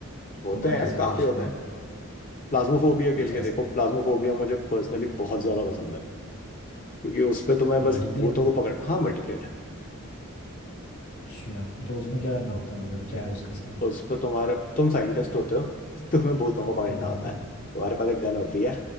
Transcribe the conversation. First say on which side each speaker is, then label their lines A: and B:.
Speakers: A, on the left; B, on the left.
A: जो
B: होते
A: तुम्हारे
B: हैं यार
A: सजेशन
B: काफी होते
A: में
B: हैं
A: हो?
B: प्लाज्मोफोबिया खेल
A: जैसे
B: के देखो प्लाज्मोफोबिया मुझे पर्सनली बहुत ज्यादा पसंद है क्योंकि उस पे तुम्हें
A: वो
B: बस
A: मल्टीप्लेयर
B: भूतों
A: है
B: को पकड़ हाँ मल्टीप्लेयर है
A: अच्छा तो उसमें क्या करना होता है मतलब क्या है उसका सीन
B: उस पे तुम्हारे तुम साइंटिस्ट होते हो तो तुम्हें भूतों को पकड़ना
A: हम्म
B: होता है तुम्हारे पास एक गन होती है